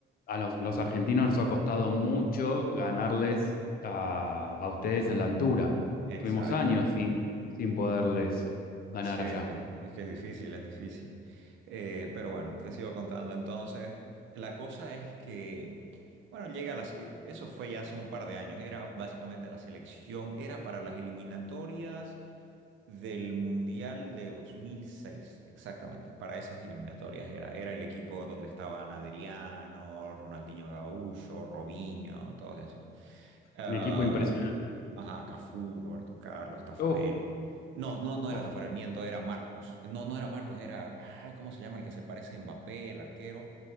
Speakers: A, on the left (about 50°); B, on the right (about 75°).
A: a los, los argentinos nos ha costado mucho ganarles a, a ustedes en la altura.
B: Exacto.
A: Tuvimos años sin, sin poderles ganar
B: Sí,
A: allá.
B: sí, es que es difícil, es difícil. Eh, pero bueno, te sigo contando. Entonces, la cosa es que, bueno, llega la, se- eso fue ya hace un par de años, era básicamente la selección, era para las eliminatorias del Mundial de 2006, exactamente, para esas eliminatorias era. Era el equipo donde estaban Adriano, Ronaldinho Gaúcho, Robinho, todos esos. Ah,
A: Un equipo impresionante.
B: ajá, Cafú, Roberto Carlos, Tafarel.
A: Uf,
B: No, no, no era
A: oh,
B: Tafarel, miento, era Marcos. No, no era Marcos, era, ay, ¿cómo se llama? El que se parece a Mbappé, el arquero.